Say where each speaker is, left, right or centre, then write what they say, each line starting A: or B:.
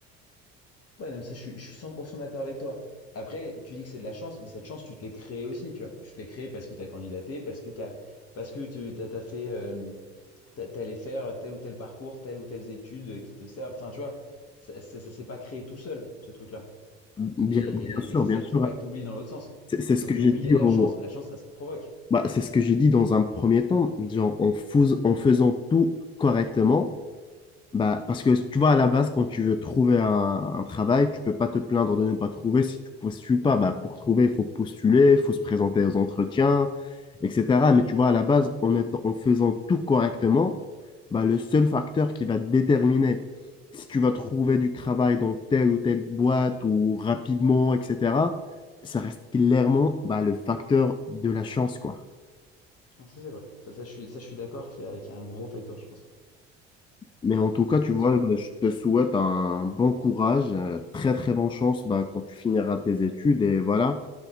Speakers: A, on the left; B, on the left.
A: Ouais, non, mais ça, je suis, je suis 100% d'accord avec toi. Après, tu dis que c'est de la chance, mais cette chance, tu te l'es créée aussi, tu vois. Tu te l'es créée parce que tu as candidaté, parce que t'as, parce que tu t'as, t'as fait, euh, t'as- t'allais faire tel ou tel parcours, telles ou telles études qui te servent. Enfin, tu vois, ça, ça, ça s'est pas créé tout seul, ce truc-là.
B: Bien,
A: Et,
B: bien
A: et,
B: sûr,
A: et c'est
B: bien
A: ça qu'il
B: sûr.
A: faut pas que tu oublies dans l'autre sens.
B: C'est c'est ce
A: Donc,
B: que j'ai
A: euh, oui,
B: dit
A: il y a de
B: au-
A: la chance, mais la chance, ça se provoque.
B: bah, c'est ce que j'ai dit dans un premier temps. Genre, en, fous- en faisant tout correctement, bah, parce que tu vois, à la base, quand tu veux trouver un, un travail, tu peux pas te plaindre de ne pas trouver si tu postules pas. Bah, pour trouver, il faut postuler, il faut se présenter aux entretiens, etc. Mais tu vois, à la base, en étant- en faisant tout correctement, bah, le seul facteur qui va déterminer si tu vas trouver du travail dans telle ou telle boîte ou rapidement, etc., ça reste clairement bah, le facteur de la chance, quoi.
A: Non, ça, c'est vrai. Ça, ça, je suis, ça, je suis d'accord qu'il y a, qu'il y a un gros facteur chance. ouais.
B: Mais en tout cas, tu
A: C'est
B: vois,
A: sûr.
B: bah, je te souhaite un bon courage, euh, très très bonne chance bah, quand tu finiras tes études. Et voilà,